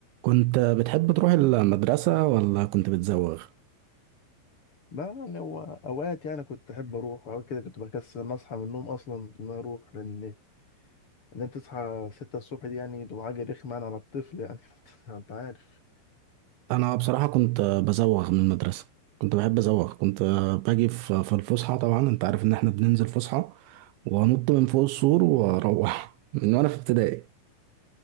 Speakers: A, on the right; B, on the left.
A: كنت بتحب تروح المدرسة ولا كنت بتزوغ؟
B: لا يعني هو اوقات يعني كنت احب اروح اوقات كده كنت بكسل ان اصحى من النوم اصلا ان أنا اروح لان ان انت تصحى 6 الصبح دي يعني تبقى حاجه رخمه يعني على الطفل يعني <laughs> انت عارف
A: أنا بصراحة كنت بزوغ من المدرسة كنت بحب أزوغ كنت باجي في في الفسحة طبعا أنت عارف إن إحنا بننزل فسحة وأنط من فوق السور وأروح من وأنا في ابتدائي